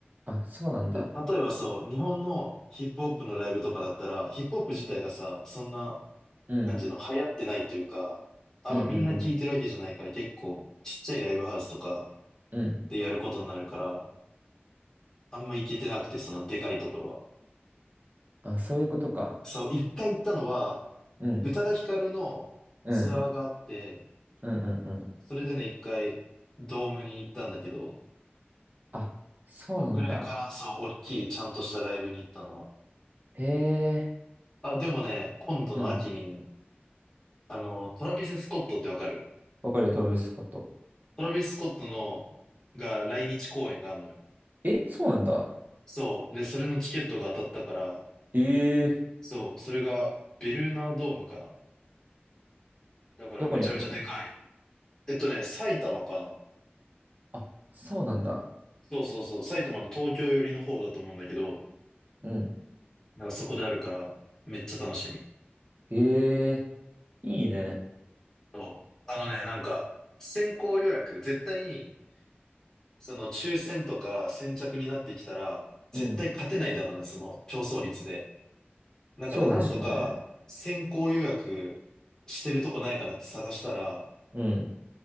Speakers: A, on the right (about 50°); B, on the left (about 20°).
A: あ、そうなんだ。
B: で、例えばそう、日本のヒップホップのライブとかだったら、ヒップホップ自体がさ、そんな、
A: うん、
B: なんていうの、流行ってないというか、あんまみんな聞いてるわけじゃないから、
A: うん、うん、
B: 結構、ちっちゃいライブハウスとか
A: うん、うん。
B: でやることになるから、あんま行けてなくて、そのでかいところは。
A: あ、そういうことか。
B: そう、一回行ったのは、
A: うん、
B: 宇多田ヒカルのツアーがあって、
A: うん、うん、うん、うん。
B: それでね、一回、ドームに行ったんだけど、
A: あ、そうなんだ。
B: そんぐらいかな、そう、大きい、ちゃんとしたライブに行ったのは。
A: へえ、
B: あ、でもね、今度の秋に、
A: うん。
B: あの、トラビス・スコットってわかる
A: わかるよ、トラビススコット。
B: トラビス・スコットの、が来日公演があんのよ。
A: え、そうなんだ。
B: そう。で、それのチケットが当たったから、
A: ええ、
B: そう、それがベルーナドームかな。だからめちゃめちゃでかい。
A: どこにあるの
B: えっとね、埼玉かな。
A: あ、そうなんだ。
B: そうそうそう。埼玉の東京寄りの方だと思うんだけど、
A: うん。
B: なんかそこであるから、めっちゃ楽しみ。
A: ええ、いいね。
B: そう。あのね、なんか、先行予約、絶対に、その抽選とか先着になってきたら、絶対勝てないだろうね、
A: うん。
B: その競争率で。だからなんとか先行予約してるとこないかなって探したら、
A: そうでしょうね。うん。